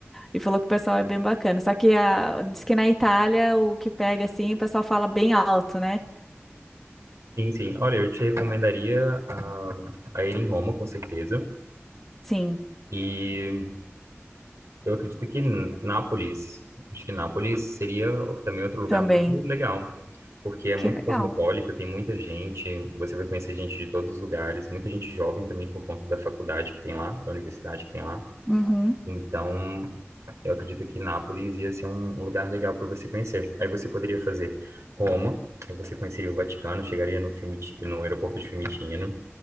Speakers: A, in the centre; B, on the right (about 90°).
A: e falou que o pessoal é bem bacana. Só que a, diz que na Itália o que pega assim, o pessoal fala bem alto, né?
B: Sim, sim. Olha, eu te recomendaria a, a ir em Roma, com certeza.
A: Sim,
B: E eu acredito que N- Nápoles, acho que Nápoles seria também outro lugar
A: também.
B: muito legal. porque é muito
A: Que legal.
B: cosmopolita, tem muita gente, você vai conhecer gente de todos os lugares, muita gente jovem também por conta da faculdade que tem lá, da universidade que tem lá.
A: Uhum,
B: Então, eu acredito que Nápoles ia ser um, um lugar legal para você conhecer. Aí você poderia fazer Roma, aí você conheceria o Vaticano, chegaria no Fiumiti- no aeroporto de Fiumicino,